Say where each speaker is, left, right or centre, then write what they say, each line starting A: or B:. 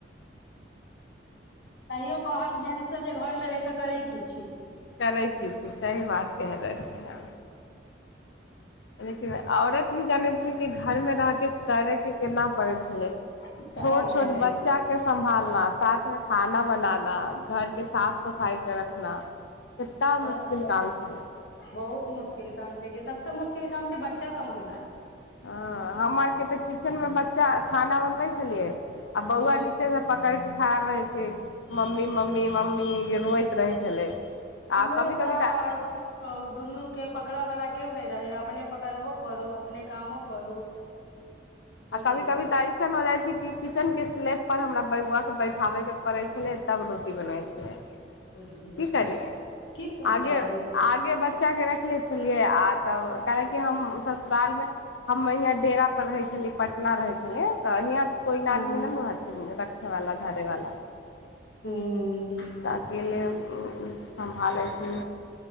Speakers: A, on the left (about 65°); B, on the left (about 80°).
A: तैयो कहत जेंस सब जे घर रमे रहि कऽ करै की छी
B: करै की छी सही बात क रहलियै लेकिन औरत भी जानै छियै कि घर मे रहिके करे के केना पड़ै छलै
A: सएह
B: छोट
A: ने
B: छोट
A: कही
B: बच्चा के सम्भालनाय साथ मे खाना बनाना घरके साफ सफाइके रखना कित्ता
A: तऽ
B: मुश्किल काम छै
A: बहुत मुश्किल काम छै गै सबसँ मुश्किल काम छै बच्चा सम्हालनाय
B: हं हम आर के तऽ किचेन मे बच्चा खाना बनबै छलियै आ बौआ
A: हूँ
B: नीचे से पकड़ के खाबै छै मम्मी मम्मी मम्मी रोऐत रहै छलै आ
A: हमरो
B: कभी
A: सयह
B: कभी तऽ
A: अय की कहू दुनूके पकड़यवला केओ नहि रहैए अपने पकड़बो करू अपने कामो करू बड़ी
B: आ कभी कभी
A: दिक्कत
B: तऽ ऐसन हो जाइ छै कि किचन के स्लैप पर हमरा बौआ के बैठाबे के पड़े छलै तब रोटी बनै छलै
A: बुझलियै
B: की करी
A: की करतै
B: आगे
A: आदमी के।
B: आगे बच बच्चाके रखले छलियै आ तब काहेकि हम ससुरालमे हम यहाँ डेरा पर रहै छलिै पटना रहैत तऽ हियाँ कोइ
A: हँ
B: आदमी नहि ने हथि रखे वाला धरे वाला
A: हूं
B: ताक ल सम्भालै छी